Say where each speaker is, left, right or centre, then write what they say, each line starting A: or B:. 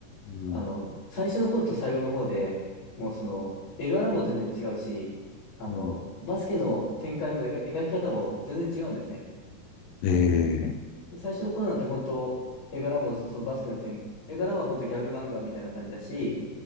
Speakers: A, on the left; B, on the left.
A: うん。
B: あの、最初の頃と最後の方で、もうその、絵柄も全然違うし、あの、
A: うん。
B: バスケの展開の描描き方も全然違うんですね。
A: ええ
B: 最初の頃なんて本当、絵柄もそのバスケの展、絵柄は本当ギャグ漫画みたいな感じだし、